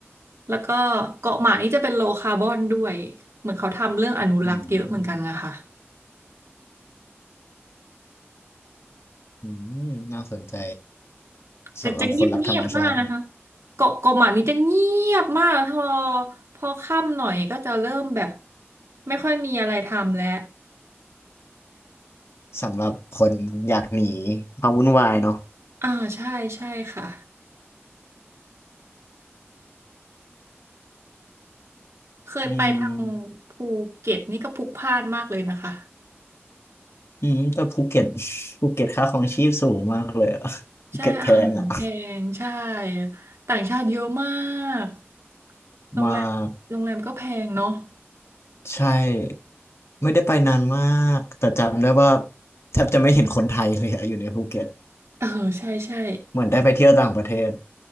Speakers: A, on the right; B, on the left.
A: แล้วก็เกาะหมากนี่จะเป็นโลคาร์บอนด้วยเหมือนเขาทำเรื่องอนุรักษ์เยอะเหมือนกันนะคะ
B: อืมอืมน่าสนใจ
A: แต่จะเงียบเงียบมากนะคะ
B: สำหรับคนรักธรรมชาติ
A: เกาะเกาะหมานี่จะเงียบมากพอพอค่ำหน่อยก็จะเริ่มแบบไม่ค่อยมีอะไรทำแล้ว
B: สำหรับคนอยากหนีความวุ่นวายเนาะ
A: อ่าใช่ใช่ค่ะเคยไปทาง
B: อืม
A: ภูเก็ตนี่ก็พลุกพล่านมากเลยนะคะ
B: อืมแต่ภูเก็ต <laughs> ภูเก็ตค่าครองชีพสูงมากเลยอะ <laughs> ภูเก็ตแพงอ่ะ
A: ใช่อาหารแพงใช่ต่างชาติเยอะมากโรงแรมโรงแรมก็แพงเนาะ
B: มากใช่ไม่ได้ไปนานมากแต่จำได้ว่าแทบจะไม่เห็นคนไทยเลยอะอยู่ในภูเก็ต
A: เออใช่ใช่
B: เหมือนได้ไปเที่ยวต่างประเทศ